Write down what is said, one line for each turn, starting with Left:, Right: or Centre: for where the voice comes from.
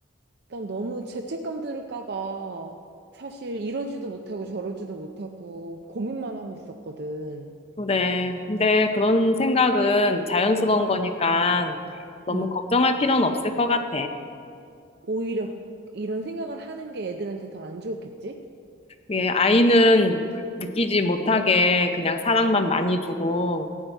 Right: 일단 너무 죄책감 들을까 봐 사실 이러지도 못하고 저러지도 못하고 고민만 하고 있었거든.
Left: 그래. 근데 그런 생각은 자연스러운 거니까 너무
Right: 응.
Left: 걱정할 필요는 없을 것 같아.
Right: 오히려 이런 생각을 하는 게 애들한테 더 안 좋겠지?
Left: 예, 아이는 느끼지 못하게 그냥 사랑만 많이 주고